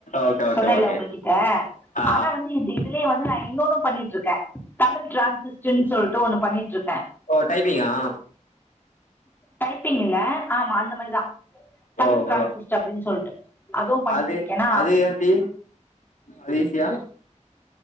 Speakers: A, on the left; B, on the left.
A: ஓகே ஓகே
B: சொன்னேல
A: ஓகே
B: உங்ககிட்ட
A: ஆ
B: ஆனா வந்து இது வந்து நா இன்னோன்னு பண்ணிட்டுருக்கே தமிழ் டிரான்சிஸ்லிஸ்ட்டு சொல்லிட்டு ஒன்னு பண்ணிட்டுருக்கே
A: ஓ டைப்பிங்கா
B: டைப்பிங் இல்ல ஆமா அந்த மாரிதா தமிழ்
A: ஓ
B: ட்ரான்ஸிஸ்ட்
A: ஓ
B: அப்டின் சொல்லிட்டு அதுவு பண்ணிட்டுருக்கேனா
A: அது அது எப்டி அது ஈசியா